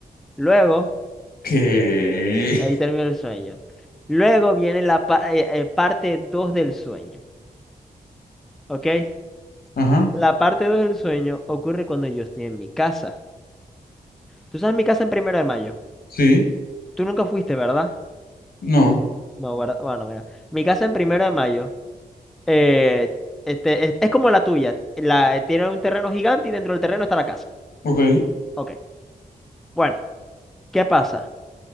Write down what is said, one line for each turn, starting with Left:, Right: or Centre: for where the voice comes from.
Centre: Luego,
Left: ¿Qué?
Centre: sí, ahí terminó el sueño. Luego viene la pa- eh, eh, parte 2 del sueño, ¿ok?
Left: Ajá.
Centre: La parte 2 del sueño ocurre cuando yo estoy en mi casa. Tú sabes mi casa en primero de mayo.
Left: Sí.
Centre: Tú nunca fuiste, ¿verdad?
Left: No.
Centre: No, ¿verdad? Bueno, mira. Mi casa en primero de mayo eh, este, es, es como la tuya. La, tiene un terreno gigante y dentro del terreno está la casa.
Left: Ok.
Centre: Ok. Bueno, ¿qué pasa?